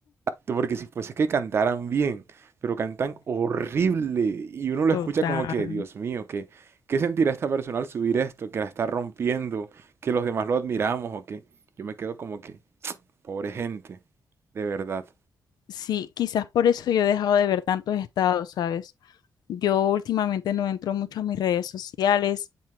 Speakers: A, on the right; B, on the left.
A: Porque si fuese que cantaran bien, pero cantan horrible y uno lo
B: total.
A: escucha como que, Dios mío, que, ¿qué sentirá esta persona al subir esto? Que la está rompiendo, que los demás lo admiramos o qué. Yo me quedo como que, pobre gente, de verdad.
B: Sí, quizás por eso yo he dejado de ver tantos estados, ¿sabes? Yo últimamente no entro mucho a mis redes sociales